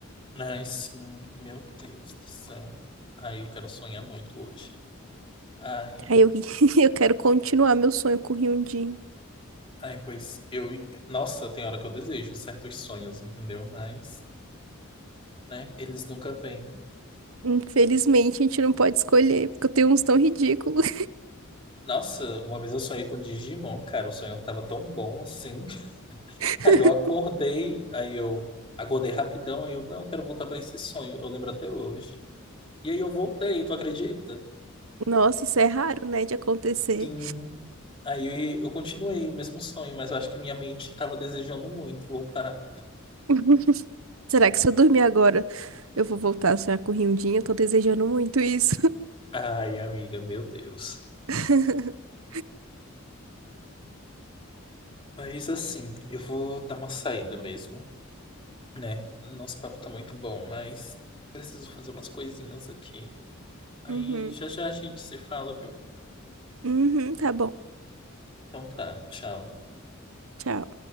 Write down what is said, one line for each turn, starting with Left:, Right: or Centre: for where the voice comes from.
Left: Ai, sim, meu Deus do céu. Ai, eu quero sonhar muito hoje. Ai.
Right: Aí eu, <laughs> eu quero continuar meu sonho com o Hyundai.
Left: Ai, pois eu. Nossa, tem hora que eu desejo certos sonhos, entendeu? Mas, né, eles nunca vêm.
Right: Infelizmente, a gente não pode escolher, porque eu tenho uns tão ridículos.
Left: Nossa, uma vez eu sonhei com Digimon, cara. O sonho tava tão bom assim.
Right: <laughs>
Left: Aí eu acordei, aí eu acordei rapidão, aí eu, não, eu quero voltar pra esse sonho. Eu lembro até hoje. E aí eu voltei, tu acredita?
Right: Nossa, isso é raro, né, de acontecer.
Left: Sim. Aí eu continuei o mesmo sonho, mas eu acho que minha mente estava desejando muito voltar.
Right: <laughs> Será que se eu dormir agora, eu vou voltar a sonhar com o Rindinho? Eu tô desejando muito isso.
Left: Ai, amiga, meu Deus.
Right: <laughs>
Left: Mas assim, eu vou dar uma saída mesmo, né? Nosso papo tá muito bom, mas preciso fazer umas coisinhas aqui. Aí
Right: Uhum.
Left: já já a gente se fala, viu?
Right: Uhum, tá bom.
Left: Então tá, tchau.
Right: Tchau.